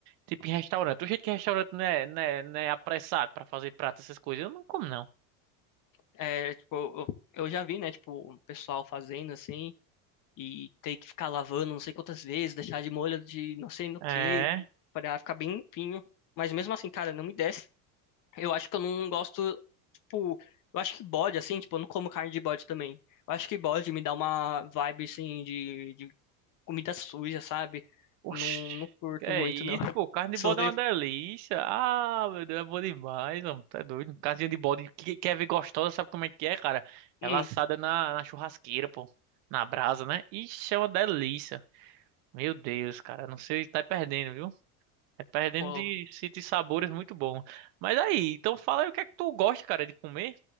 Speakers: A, on the right; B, on the left.
A: tipo em restaurante. Do jeito que restaurante não é, não é, não é apressado pra fazer prato, essas coisas, eu não como, não.
B: é, tipo, eu, eu já vi, né, tipo, o pessoal fazendo assim, e ter que ficar lavando não sei quantas vezes, deixar de molho de não sei no
A: É.
B: que, pra ficar bem limpinho. Mas mesmo assim, cara, não me desce. Eu acho que eu não gosto, tipo, eu acho que bode, assim, tipo, eu não como carne de bode também. Eu acho que bode me dá uma vibe, assim, de, de comida suja, sabe?
A: Oxi,
B: Não, não curto
A: que é
B: muito,
A: isso,
B: não. <laughs>
A: pô? Carne de
B: Sorvete,
A: bode é uma delícia. Ah, meu Deus, é bom demais, mano. Tá doido. Casinha de bode, que quer ver gostosa, sabe como é que é, cara? Ela
B: hum,
A: assada na, na churrasqueira, pô. Na brasa, né? Ixi, é uma delícia. Meu Deus, cara, não sei, tá perdendo, viu? É perdendo
B: pô.
A: de, de sabores muito bons. Mas aí, então fala aí o que é que tu gosta, cara, de comer.